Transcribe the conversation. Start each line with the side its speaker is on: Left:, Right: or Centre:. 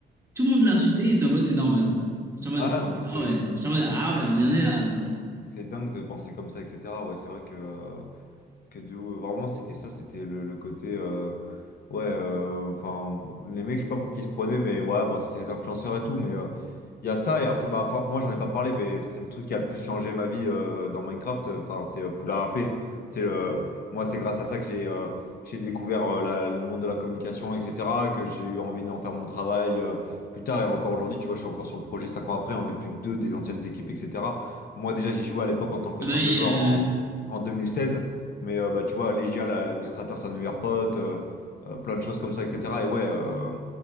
Right: tout le monde l'a insulté, il était en mode, c'est normal. J'étais en mode,
Left: Ah non, mais c'est,
Right: ah ouais, j'étais en mode, ah ouais, on est, on est là, genre.
Left: c'est dingue de penser comme ça, etc. Ouais, c'est vrai que. euh, Que de ouf. Vraiment, c'était ça, c'était le, le côté. euh, ouais, euh, enfin, les mecs, je sais pas pour qui ils se prenaient, mais ouais, bon, ça, c'est les influenceurs et tout, mais euh, il y a ça, et après, bah, enfin, moi, j'en ai pas parlé, mais c'est le truc qui a le plus changé ma vie euh, dans Minecraft, euh, enfin, c'est euh, Poulard RP. Tu sais, euh, moi, c'est grâce à ça que j'ai euh, que j'ai découvert euh, la- le monde de la communication, etc., que j'ai eu envie d'en faire mon travail euh, plus tard, et encore aujourd'hui, tu vois, je suis encore sur le projet 5 ans après, on n'est plus que deux des anciennes équipes, etc. Moi, déjà, j'y jouais à l'époque en tant que
Right: Ah
Left: simple
Right: bah oui,
Left: joueur
Right: euh,
Left: en en deux mille seize mais euh, bah, tu vois, Legia, la- l'administrateur, c'est un de mes meilleurs potes, euh, euh, plein de choses comme ça, etc. Et ouais, euh,